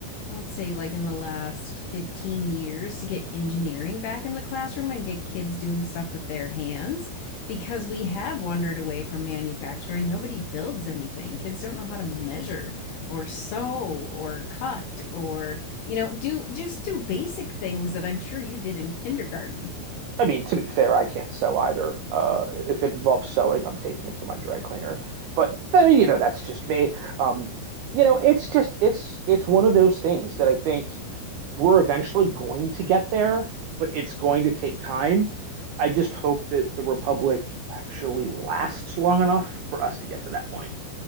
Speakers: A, on the left; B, on the right.
A: let's say like in the last 15 years, to get engineering back in the classroom and get kids doing stuff with their hands because we have wandered away from manufacturing. Nobody builds anything. Kids don't know how to measure or sew or cut or, you know, do just do basic things that I'm sure you did in kindergarten.
B: I mean, to be fair, I can't sew either. Uh, if it involves sewing, I'm taking it to my dry cleaner. But eh, you know, that's just me. Um, you know, it's just it's it's one of those things that I think we're eventually going to get there, but it's going to take time. I just hope that the Republic actually lasts long enough for us to get to that point.